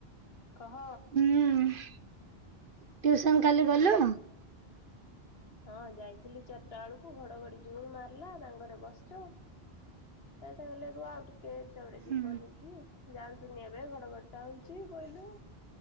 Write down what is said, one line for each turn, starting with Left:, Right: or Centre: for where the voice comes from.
Left: କହ।
Right: ହୁଁ ଟ୍ୟୁସନ କାଲି ଗଲୁ।
Left: ହଁ ଯାଇଥିଲି ଚାରିଟା ବେଳକୁ ଘଡ଼ଘଡ଼ି ଜୋର ମାରିଲା ତାଙ୍କରେ ବସିଚୁ ସେ ତାହିଲେ ରୁ ଆଉ ଟିକେ ଦେରେ
Right: ହୁଁ
Left: ଯିବନି କି ଯା ନ୍ତୁନି ଏବେ ଘଡଘଡି ଯାଉଛି ବୋଇଲୁ